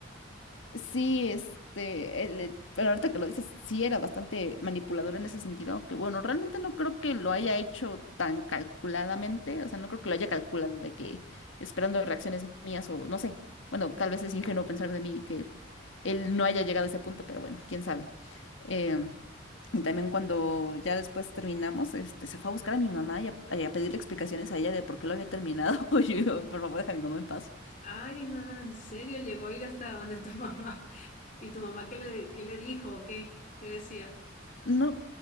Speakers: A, on the left; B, on the left.
A: Sí, este, el- eh, pero ahorita que lo dices, sí era bastante manipulador en ese sentido, aunque bueno, realmente no creo que lo haya hecho tan calculadamente, o sea, no creo que lo haya calculado de que esperando reacciones mías o no sé, bueno, tal vez es ingenuo pensar de mí que él no haya llegado a ese punto, pero bueno, quién sabe. Eh, y también cuando ya después terminamos, este, se fue a buscar a mi mamá y a, y a pedirle explicaciones a ella de por qué lo había terminado, <laughs> y yo, por favor, deja a mi mamá en paz.
B: Ay, no, en serio, llegó a ir hasta donde tu mamá. <laughs> ¿Y tu mamá qué le, qué le dijo o qué? ¿Qué decía?
A: No,